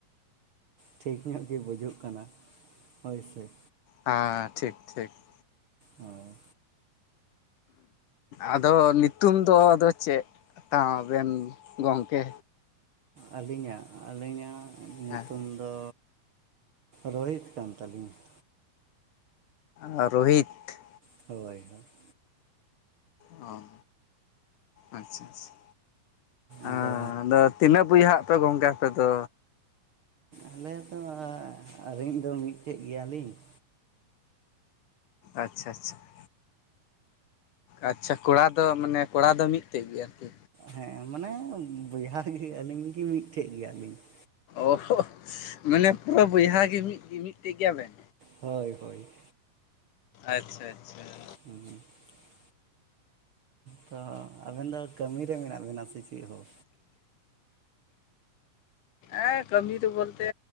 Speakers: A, on the right (about 60°); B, on the left (about 65°).
A: ᱴᱷᱤᱠ ᱧᱚᱜ ᱜᱮ ᱵᱩᱡᱩᱜ ᱠᱟᱱᱟ ᱦᱳᱭᱥᱮ ᱾
B: ᱦᱟᱸ ᱴᱷᱤᱠ ᱴᱷᱤᱠ ᱾
A: ᱦᱳᱭ
B: ᱟᱫᱚ ᱱᱤᱛᱩᱢ ᱫᱚ ᱟᱫᱚ ᱪᱮᱜ ᱛᱟ ᱵᱮᱱ ᱜᱚᱢᱠᱮ?
A: ᱟᱹᱞᱤᱧᱟᱜ ᱟᱹᱞᱤᱧᱟᱜ ᱧᱩᱛᱩᱢ
B: ᱦᱮᱸ
A: ᱫᱚ ᱨᱳᱦᱤᱛ ᱠᱟᱱ ᱛᱟᱹᱞᱤᱧᱟ ᱾
B: ᱟ ᱨᱳᱦᱤᱛ ᱾
A: <unintelligible>
B: ᱚ ᱟᱪᱪᱷᱟ ᱟᱪᱪᱷᱟ
A: ᱟᱫᱚ
B: ᱟᱻᱫᱚ ᱛᱤᱱᱟᱹᱜ ᱵᱚᱭᱦᱟ ᱟᱯᱮ ᱜᱚᱝᱠᱮ ᱟᱯᱮᱫᱚ?
A: ᱟᱞᱮ ᱫᱚ ᱟᱹᱞᱤᱧ ᱫᱚ ᱢᱤᱫᱴᱮᱜ ᱜᱮᱭᱟ ᱞᱤᱧ ᱾
B: ᱟᱪᱪᱷᱟ ᱟᱪᱪᱷᱟ ᱾ ᱟᱪᱪᱷᱟ ᱠᱚᱲᱟ ᱫᱚ ᱢᱟᱱᱮ ᱠᱚᱲᱟ ᱫᱚ ᱢᱤᱫᱴᱮᱜ ᱜᱮ ᱟᱨᱠᱤ
A: ᱦᱮᱸ ᱢᱟᱱᱮ ᱵᱚᱭᱦᱟ ᱜᱮ ᱟᱹᱞᱤᱧ ᱜᱮ ᱢᱤᱫᱴᱮᱜ ᱜᱮᱭᱟᱞᱤᱧ ᱾
B: ᱚ ᱦᱚ ᱢᱟᱱᱮ ᱯᱩᱨᱟᱹ ᱵᱚᱭᱦᱟ ᱜᱮ ᱢᱤᱫ ᱢᱤᱫᱴᱮᱜ ᱜᱮᱭᱟᱵᱮᱱ?
A: ᱦᱳᱭ ᱦᱳᱭ ᱾
B: ᱟᱪᱪᱷᱟ ᱟᱪᱪᱷᱟ ᱾
A: <unintelligible> ᱛᱚ ᱟᱵᱮᱱ ᱫᱚ ᱠᱟᱹᱢᱤ ᱨᱮ ᱢᱮᱱᱟᱜ ᱵᱮᱱᱟ ᱥᱮ ᱪᱮᱫ ᱦᱚᱸ?
B: ᱮᱸ ᱠᱟᱹᱢᱤ ᱫᱚ ᱵᱚᱞᱛᱮ